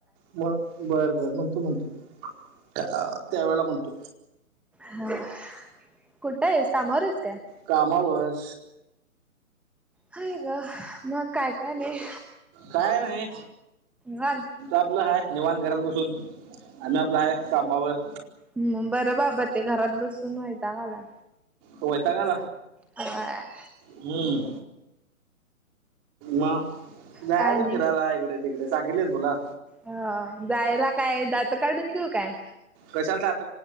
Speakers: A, on the right; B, in the centre.
A: म बर बर म्हणतो म्हणतो त्या त्यावेेला म्हणतो
B: ह कुठं आहेस कामार आहेस काय
A: कामावर
B: हाय ग मग काय का नाही
A: काय नाही
B: हा
A: आपलं हा निेवाण घरात बसून आ्ही आपला हा कामावर
B: हम् बरं बाबा ते घरात बसून व्हायता काला
A: होयता का
B: ह
A: हम्म मग जायचं
B: काय नाही.
A: फिरायला इकडे तिकडे सांगितले ना तुला
B: ह जायला काय दात काढून घेऊ काय
A: कशालाात